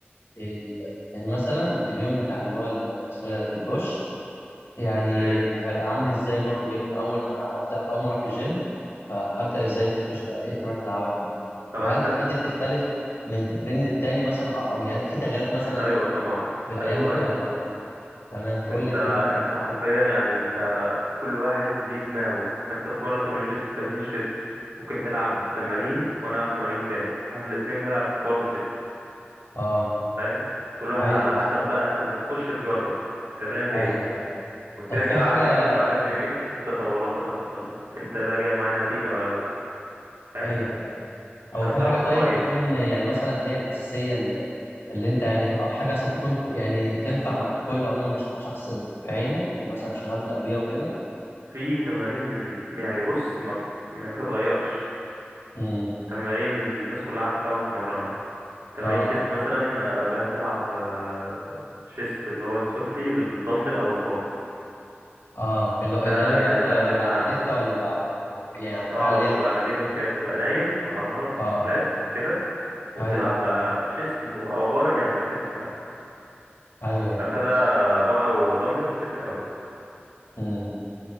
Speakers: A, on the left; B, on the right.
A: ال يعني مثلا اليوم بتاع اللي هو ال- اسمه إيه ده البوش يعني
B: مم.
A: هبقى عامل ازاي برضو ايه من اول ما هبدا اول ما اروح الجيم فهبدا ازاي من البوش ده ايه التمارين اللي هلعبها فيه
B: طبعا
A: وهل
B: انت
A: التمارين دي بتختلف من تمرين للتاني مثلا او أو يعني في تغييرات مثلا
B: مم. ايوه طبعا
A: بالايام
B: ايوه
A: وكده
B: ايوه
A: ولا لا
B: طبعا
A: تمام فقول
B: انت
A: لي الكلام ده
B: انت
A: ازاي
B: حرفيا يعني انت كل واحد ليه دماغه انت بتمرن تمارين شيست تمارين شيست ممكن تلعب تمارين وانا العب تمارين تاني احنا الاتنين بنلعب برضه شيست
A: اه
B: فاهم كل واحد
A: ايوه
B: على حسب
A: ايوه
B: بقى انت بتخش تجرب التمرينه ديت
A: ايوه أيوة.
B: وترجع
A: طب في حاجه
B: بيتك بعدها بيومين
A: مم.
B: تشوف التطورات اللي حصلت انت ده جايب معايا نتيجة ولا لا فاهم
A: ايوه أيوة.
B: عشان
A: او في
B: تعرف
A: حاجه طيب
B: تقيم
A: تكون يعني مثلا هي الاساسيه اللي, اللي انت يعني او حاجه مثلا تكون كو- يعني تنفع مع الكل عموما مش مع شخص بعينه مثلا عشان ابدا بيها وكده
B: في تمارين يعني بص ما ب- يعني ما بتتغيرش
A: امم
B: تمارين الناس كلها عارفاها وتتمرنها تمارين
A: اه
B: شيست مثلا آه، هتلعب آه، شيست اللي هو السفلي بالدمبل او البار
A: اه اللي هو
B: ده
A: ده بيبقى
B: يعني
A: انت
B: ده لا
A: بيبقى
B: غنى
A: على
B: عنه
A: دكه ولا بيبقى على اللي هو- يعني على البتاع
B: اه
A: اللي
B: بتبقى
A: هي ال-
B: على ديك
A: هو دي
B: كده، بتبقى نايم على ظهرك
A: اه
B: فلات كده وبتلعب
A: ايوه ايوه
B: بقى شيست او بار يعني مش هتفرق قوي
A: ايوه
B: بتاع
A: أيوة.
B: ده
A: فهمت
B: بار او دمبل مش هتفرق قوي
A: امم